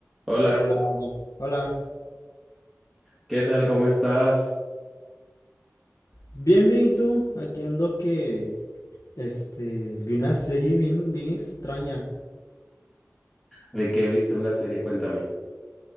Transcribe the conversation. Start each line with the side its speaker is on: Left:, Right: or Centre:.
Centre: Hola,
Left: Hola, hola.
Centre: ¿qué tal? ¿Cómo estás?
Left: Bien, bien, ¿y tú? Aquí ando que, este, vi una serie bien, bien extraña.
Centre: ¿De qué viste una serie? Cuéntame.